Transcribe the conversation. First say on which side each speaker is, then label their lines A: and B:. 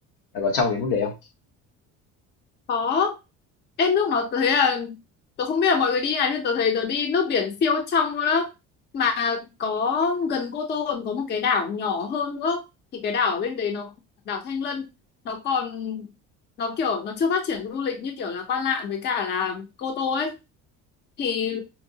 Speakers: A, on the left; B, on the left.
A: Là có trong đến mức đấy không?
B: Có. Ê, nước nó tớ thấy là tôi không biết là mọi người đi nào nhưng tôi thấy tôi đi nước biển siêu trong luôn đó, mà có gần Cô Tô còn có một cái đảo nhỏ hơn nữa thì cái đảo ở bên đấy nó đảo Thanh Lân nó còn nó kiểu nó chưa phát triển du lịch như kiểu là Quan Lạn với cả là Cô Tô ấy thì